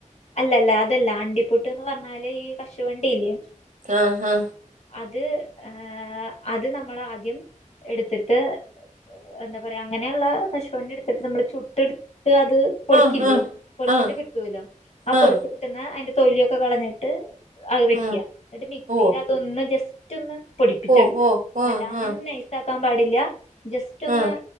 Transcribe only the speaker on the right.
ആഹ് ഹാ..
ആഹ് ആഹ്
ആഹ്
ആഹ് ആഹ്
ഉം
ഓ
ഓ ഓ
ആഹ് ആഹ്
ആഹ്